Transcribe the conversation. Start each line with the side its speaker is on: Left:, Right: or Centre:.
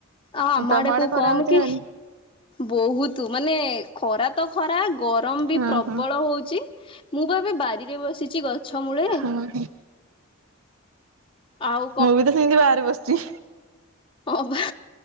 Left: ଅ ଆମ
Right: ତମ
Left: ଆଡେ କଉ
Right: ଖରା
Left: କମ୍
Right: ହଉଛି ନା
Left: କି।
Right: ହଉନି?
Left: ବହୁତ ମାନେ ଖରା ତ ଖରା ଗରମ ବି
Right: ହଁ
Left: ପ୍ରବଳ
Right: ହଁ।
Left: ହଉଛି ମୁଁ ମୁଁ ଏବେ ବାରିରେ ବସିଛି ଗଛ ମୂଳେ।
Right: ହୁଁ
Left: ଆଉ
Right: ମୁଁ ବି ତ ସିନ୍ଦି ବାହାରେ ବସିଛି।
Left: ହ ବା।